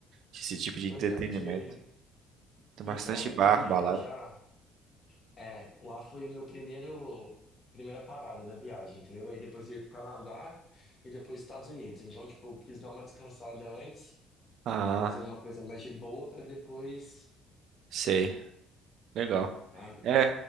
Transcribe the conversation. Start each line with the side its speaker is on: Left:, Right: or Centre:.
Right: Esse tipo de
Left: Pois
Right: entretenimento.
Left: é, porque.
Right: Tem bastante
Left: Então, é
Right: bar,
Left: porque eu ia
Right: balada.
Left: viajar. É, lá foi o meu primeiro. Primeira parada na viagem, entendeu? Aí depois eu ia pro Canadá e depois Estados Unidos. Então, tipo, eu quis dar uma descansada antes,
Right: Ah,
Left: fazer uma coisa mais de boa pra depois,
Right: sei. Legal.
Left: sabe?
Right: É,